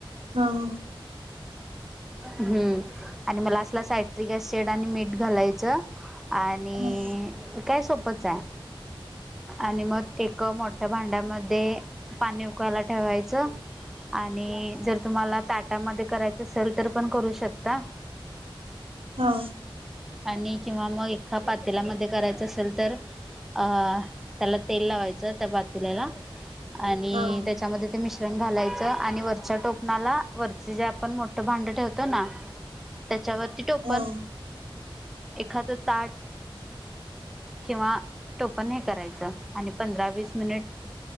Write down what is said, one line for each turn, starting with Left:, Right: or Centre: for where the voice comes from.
Right: हा हा
Centre: हम्म आणि लास्ट ला सायट्रिक ऍसिड आणि मीठ घालायचं. आणि
Right: हा
Centre: काय सोपंच हाय आणि मग एक मोठ ठ्या भांड्यामध्ये पाणी उकळायला ठेवायचं आणि जर तुम्हाला ताट टा मध्ये करायच असेल तर पण करू शकता
Right: हा
Centre: आणि किंवा मग एखा पातेलामध्ये करायचं असेल तर अ त्याला तेल लावायचं त्या पातेल्याला आणि
Right: हा
Centre: त्याच्यामध्ये ते मिश्रण घालायचं आणि वरच्या टोपणाला वरचे जे आपण मोठ ठं भांड ठेवतो ना त्याच्यावरती टोपण
Right: हा
Centre: एखादं ताट किंवा टोपन हे करायचं आणि पंधरा वीस मिनिट